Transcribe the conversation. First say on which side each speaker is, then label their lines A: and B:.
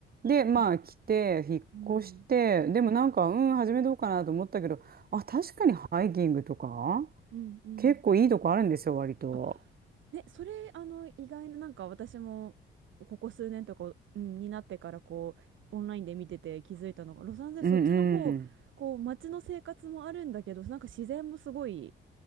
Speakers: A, on the right; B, on the right.
A: で、まあ、
B: たす
A: 来て、引っ越して、
B: うん。
A: でもなんか、うん、始めどうかなと思ったけど、あ、確かにハイキングとか、
B: うんうん。
A: 結構いいとこあるんですよ、割と。
B: あ、ね、それ、あの、意外な、なんか私も、ここ数年とか、うん、になってから、こう、オンラインで見てて気づいたのが、ロサンゼルス、
A: うんうん。
B: そっちの方、こう、街の生活もあるんだけど、なんか自然もすごい、